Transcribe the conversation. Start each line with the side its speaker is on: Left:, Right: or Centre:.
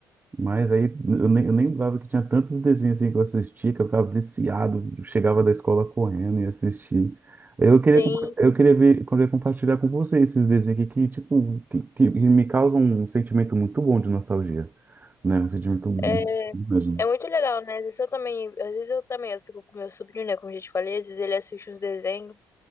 Right: Mas aí eu nem, eu nem lembrava que tinha tantos desenhos assim que eu assistia, que eu ficava viciado, chegava da escola correndo e assistia. Eu queria,
Left: Sim.
Right: compa- eu queria ver, eu queria compartilhar com você esses desenhos aqui que, tipo, que, que me causam um sentimento muito bom de nostalgia, né? Um sentimento bom
Left: É,
Right: mesmo.
Left: é muito legal, né? Às vezes eu também, às vezes eu também, eu fico com meu sobrinho, né? Como eu já te falei, às vezes ele assiste uns desenhos.